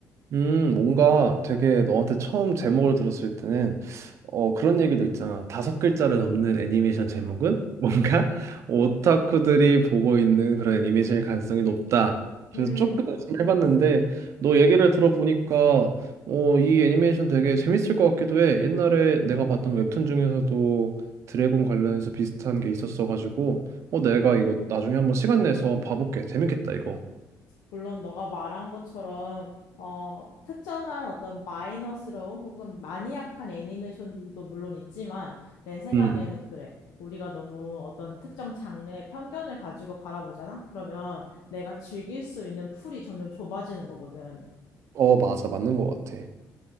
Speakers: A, on the right; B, on the left.
A: 음, 뭔가 되게 너한테 처음 제목을 들었을 때는 어, 그런 얘기도 있잖아. 다섯 글자를 넘는 애니메이션 제목은 뭔가 <laughs> 오타쿠들이 보고 있는 그런 애니메이션일 가능성이 높다. 그래서
B: 음,
A: 조금 의심을 해봤는데 너 얘기를 들어보니까 어, 이 애니메이션 되게 재밌을 것 같기도 해. 옛날에 내가 봤던 웹툰 중에서도 드래곤 관련해서 비슷한 게 있었어가지고 어, 내가 이거 나중에 한번 시간 내서 봐볼게. 재밌겠다, 이거.
B: 물론 너가 말한 것처럼 어, 특정한 어떤 마이너스러운 혹은 마니악한 애니메이션들도 물론 있지만 내 생각에는
A: 음, 음.
B: 그래. 우리가 너무 어떤 특정 장르의 편견을 가지고 바라보잖아? 그러면 내가 즐길 수 있는 풀이 점점 좁아지는 거거든.
A: 어, 맞아. 맞는 것 같아.